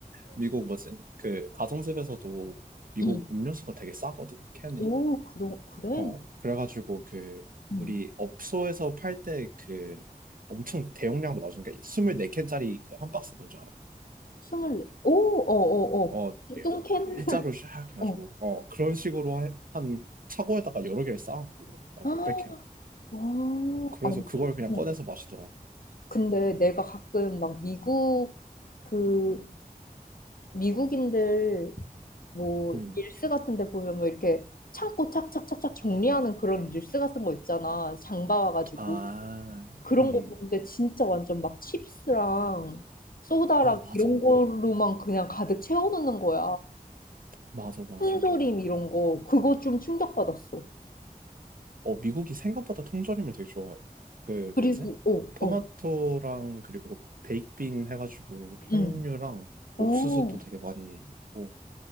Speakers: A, on the right; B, on the left.
A: 미국 뭐지? 그 가정집에서도 미국
B: 응.
A: 음료수가 되게 싸거든, 캔이.
B: 오, 그러, 그래?
A: 어, 그래가지고 그
B: 응.
A: 우리 업소에서 팔 때 그 엄청 대용량으로 나오는 게 24캔짜리 그 한 박스 뭔지 알아?
B: 스물네. 오, 어, 어, 어.
A: 어, 예.
B: 뚱캔?
A: 일자로
B: <laughs>
A: 샥 해가지고
B: 어.
A: 어 그런 식으로 하- 한 차고에다가 여러 개를 쌓아놔 그거를 막
B: 아,
A: 몇백 캔을
B: 아.
A: 어, 그래서
B: 아니,
A: 그걸 그냥
B: 어.
A: 꺼내서 마시더라고.
B: 근데 내가 가끔 막 미국, 그, 미국인들 뭐
A: 음,
B: 릴스 같은 데 보면 뭐 이렇게 창고 착착착착 정리하는 그런 릴스 같은 거 있잖아. 장 봐와가지고.
A: 아,
B: 그런
A: 음,
B: 거
A: 음.
B: 보는데 진짜 완전 막 칩스랑 소다랑
A: 어, 맞아,
B: 이런 걸로만 그냥 가득 채워놓는 거야.
A: 맞아, 맞아.
B: 통조림 이런 거. 그거 좀 충격받았어.
A: 어, 미국이 생각보다 통조림을 되게 좋아해요. 그
B: 그리고,
A: 뭐지?
B: 어,
A: 토마토랑
B: 어,
A: 그리고 베이크빈 해가지고 콩류랑
B: 응.
A: 옥수수도
B: 어.
A: 되게 많이 먹고